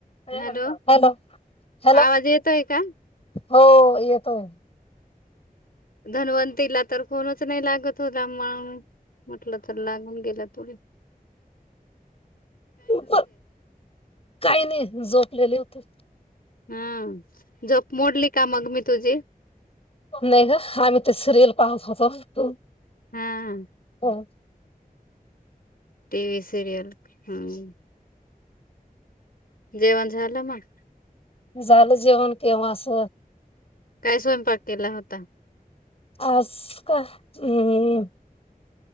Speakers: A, on the left (about 40°); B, on the left (about 75°).
A: हॅल
B: Hello
A: hello
B: आवाज येतोय का?
A: हो येतोय
B: धनवंतीला तरर फोनच नाही लागत होता म्हण म्हटलं तर लागून गेला तथोडी
A: प काही नाही झोपलेले होते
B: हम् जप मोडली का मग मी तुझी
A: नाही ग आम्ही ते सिरियल पाहत होतो तू
B: हा
A: हम
B: टीव्ही सिरियल हम् जेवण झालं मग
A: झालं जेवण केव्हा अस
B: काय स्वयंपाक केला होता?
A: आज का हम्